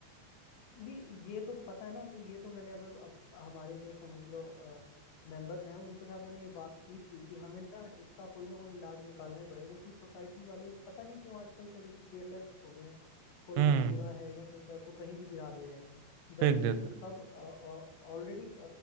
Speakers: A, on the left; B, on the right.
A: नहीं ये तो पता है ना कि ये तो मैंने अब, अब हमारे जो समझ लो मेंबर्स हैं उनके साथ मैंने ये बात की थी कि हमें ना इसका कोई ना कोई इलाज निकालना ही पड़ेगा क्योंकि सोसाइटी वाले पता नहीं क्यों आजकल थोड़े से केयरलेस हो गए हैं कोई
B: हम्म
A: भी कूड़ा है या कुछ है उसको कहीं भी गिरा दे रहे हैं
B: फेंक
A: जबकि
B: देते हैं
A: सब ऑलरेडी